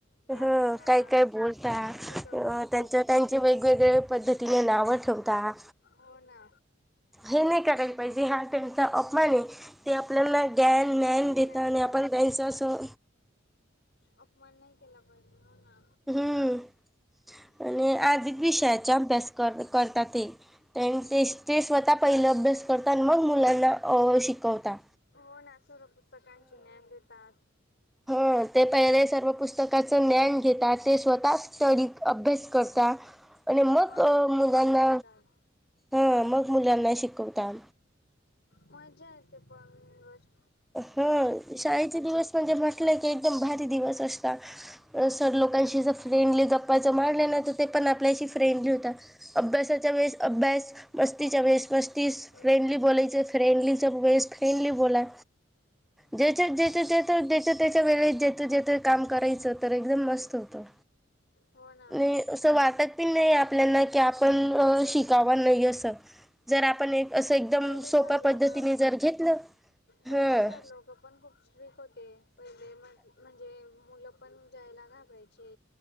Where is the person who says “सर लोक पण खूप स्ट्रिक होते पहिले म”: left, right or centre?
Left